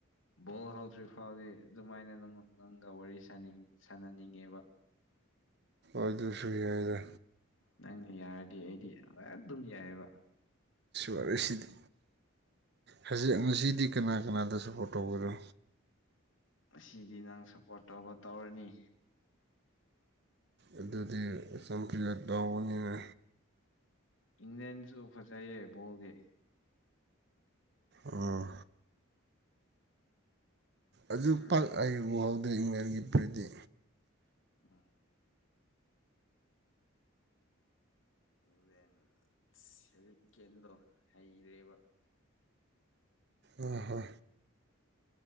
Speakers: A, on the left; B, on the right.
A: ꯕꯣꯜ ꯍꯧꯗ꯭ꯔꯤ ꯐꯥꯎꯗꯤ ꯑꯗꯨꯃꯥꯏꯅ ꯅ ꯅꯪꯒ ꯋꯥꯔꯤꯅꯤꯡ ꯁꯥꯟꯅꯅꯤꯡꯉꯦꯕ <inaudible>
B: ꯑꯗꯁꯨ ꯆꯗ
A: ꯅꯪꯅ ꯌꯥꯔꯗꯤ ꯑꯩꯗꯤ ꯍ ꯑꯗꯨꯝ ꯌꯥꯏꯑꯕ
B: ꯋꯥꯔꯤꯁꯤꯗꯤ ꯍꯧꯖꯤꯛ ꯉꯁꯤꯗꯤ ꯀꯅꯥ ꯀꯅꯥꯗꯁꯨ ꯄꯣꯔ ꯐꯇꯣ ꯑꯣꯏꯔꯨ
A: ꯑꯁꯤꯗꯤ ꯅꯪ ꯁꯞꯄꯣꯔꯠ ꯇꯧꯕ ꯇꯧꯔꯅꯤ
B: ꯑꯗꯨꯗꯤ ꯁꯝꯄ꯭ꯔꯤꯒ ꯇꯎꯅꯤꯅ
A: ꯏꯪ꯭ꯂꯦꯟꯗꯁꯨ ꯐꯖꯥꯏꯌꯦ ꯣꯒꯦ
B: ꯑꯣ ꯑꯗꯨ
A: ꯎꯝ
B: ꯄꯥꯛ ꯑꯩ ꯎꯍꯧꯗꯦ ꯏꯪꯂꯪꯂꯦꯟꯒꯤ ꯐꯨꯔꯤꯗꯤ
A: ꯑ ꯎ ꯗꯦꯟ ꯁ ꯀꯗꯣ ꯍꯩꯔꯦꯕ
B: ꯑ ꯍ